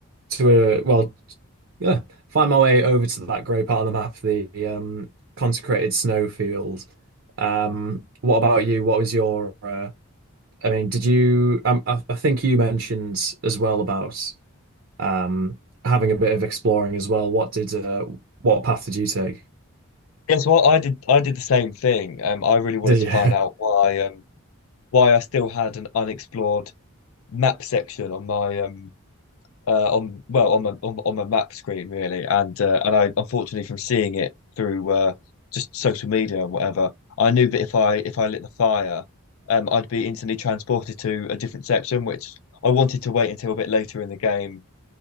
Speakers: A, on the right (about 60°); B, on the left (about 70°).
A: to a well Yeah, find my way over to that grey part of the map, the um, consecrated snowfield. Um, what about you? What was your? Uh, I mean, did you? Um, I, I think you mentioned as well about um, having a bit of exploring as well. What did? Uh, what path did you take?
B: Yes, well, I did I did the same thing. Um, I really wanted
A: Did
B: to
A: you?
B: find out
A: <laughs>
B: why um why I still had an unexplored map section on my um uh, on well on the on, on the map screen really, and uh, and I unfortunately from seeing it through uh, just social media and whatever, I knew that if I if I lit the fire, um, I'd be instantly transported to a different section, which I wanted to wait until a bit later in the game